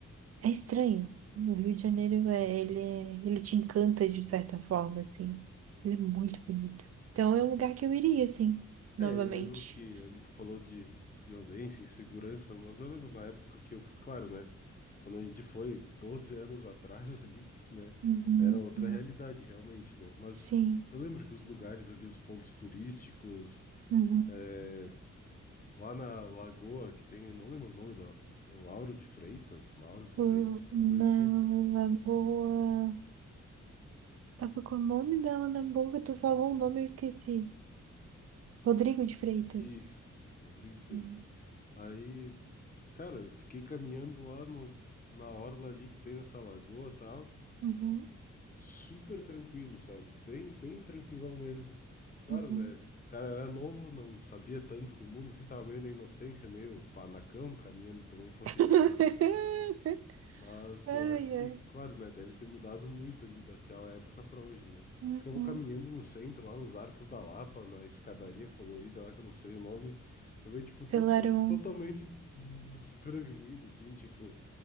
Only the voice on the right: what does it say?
É estranho. O Rio de Janeiro, é, ele, é- ele te encanta de certa forma, assim. Ele é muito bonito. Então é um lugar
que eu iria, assim, novamente.
Uhum,
né?
Sim.
Uhum.
L-
Na
Lagoa. Tava com o nome dela na boca, tu falou um nome, eu esqueci. Rodrigo de Freitas.
Uhum.
Uhum.
Uhum.
<laughs>
Ai,
ai.
Uhum.
Selarão.